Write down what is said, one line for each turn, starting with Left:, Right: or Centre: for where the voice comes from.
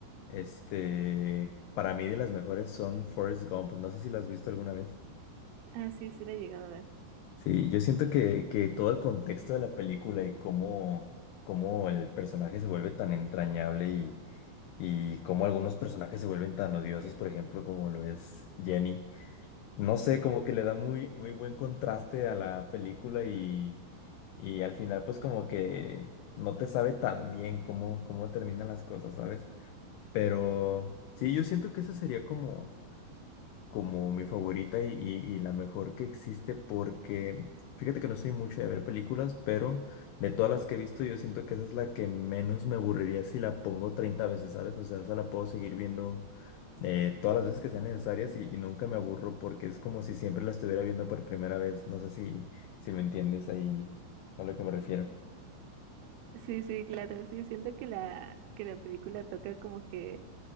Left: este, para mí de las mejores son Forrest Gump. No sé si la has visto alguna vez.
Right: Ah, sí, sí la he llegado a ver.
Left: Sí, yo siento que, que todo el contexto de la película y cómo, cómo el personaje se vuelve tan entrañable y, y cómo algunos personajes se vuelven tan odiosos, por ejemplo, como lo es Jenny. No
Right: Sí,
Left: sé, como que le da muy, muy buen contraste a la película y, y al final pues como que no te sabe tan bien cómo, cómo terminan las cosas, ¿sabes? Pero sí, yo siento que ese sería como como mi favorita y, y- y la mejor que existe porque fíjate que no soy mucho de ver películas, pero de todas las que he visto yo siento que esa es la que menos me aburriría si la pongo 30 veces, ¿sabes? O sea, esa la puedo seguir viendo eh, todas las veces que sean necesarias y, y nunca me aburro porque es como si siempre la estuviera viendo por primera vez. No sé si, si me entiendes ahí a lo que me refiero.
Right: sí, sí, claro, sí, siento que la, que la película toca como que